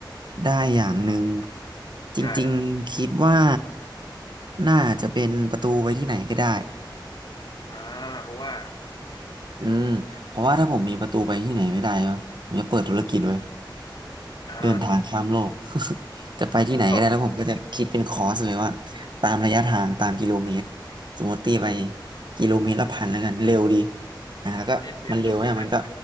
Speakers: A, on the right; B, on the left.
A: ได้อย่างหนึ่งจริงๆ
B: ใช่
A: คิดว่า น่าจะเป็นประตูไปที่ไหนก็ได้
B: อ่าเพราะว่า
A: อืมเพราะว่าถ้าผมมีประตูไปที่ไหนไม่ได้วะผมจะเปิดธุรกิจไว้
B: อ่า
A: เดินทางข้ามโลก <laughs> จะไปที่ไหนก็ได้แล้วผมก็จะคิดเป็นคอร์สเลยว่า
B: ตก
A: ตามระยะทางตามกิโลเมตรสมมติตีไปกิโลเมตรละพันแล้วกันเร็วดีอ่ะแล้วก็มันเร็วเนี่ยมันก็
B: ที่ดิสลอฟเลยนะ